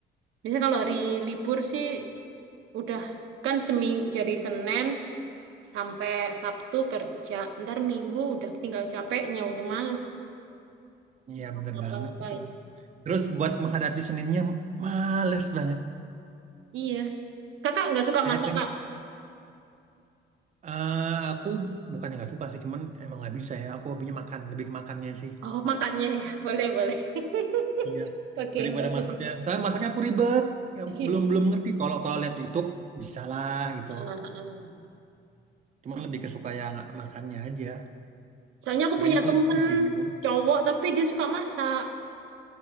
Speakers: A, on the right; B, on the right.
A: Biasanya kalau hari libur sih udah kan semi jadi Senin sampai Sabtu kerja. Ntar Minggu udah tinggal capeknya udah males.
B: Iya,
A: Mau
B: bener
A: Ngapa-ngapain.
B: banget itu. Terus buat menghadapi Seninnya, males banget.
A: Iya. Kakak nggak suka
B: Kayak
A: masak,
B: peng,
A: Kak?
B: eh, aku bukannya nggak suka sih, cuman emang nggak bisa ya. Aku hobinya makan, lebih ke makannya sih.
A: Oh, makannya ya. Boleh, boleh.
B: Iya,
A: <laughs> Oke,
B: daripada
A: bagus.
B: masaknya. Saya masaknya aku ribet. Ya,
A: Iya.
B: belum belum ngerti. Kalau kalau lihat YouTube, bisa lah gitu.
A: Ah, ah,
B: Cuma
A: ah.
B: lebih kesuka yang makannya aja.
A: Soalnya aku
B: Makanya
A: punya
B: aku
A: temen
B: lebih suka di luar.
A: cowok, tapi dia suka masak.